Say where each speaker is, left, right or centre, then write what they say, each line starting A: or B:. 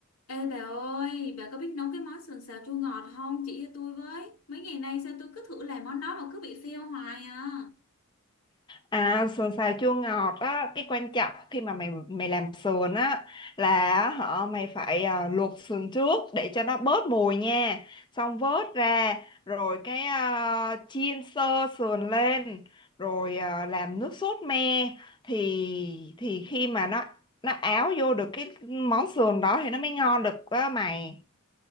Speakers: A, on the left; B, on the left.
A: Ê bà ơi, bà có biết nấu cái món sườn xào chua ngọt không? Chỉ cho tôi với. Mấy ngày nay sao tôi cứ thử làm món đó mà cứ bị fail hoài à.
B: À, sườn xào chua ngọt á, cái quan trọng khi mà mày mày làm sườn á là họ mày phải à, luộc sườn trước để cho nó bớt mùi nha. Xong vớt ra rồi cái à, chiên sơ sườn lên rồi à, làm nước sốt me thì thì khi mà nó nó áo vô được cái món sườn đó thì nó mới ngon được á mày.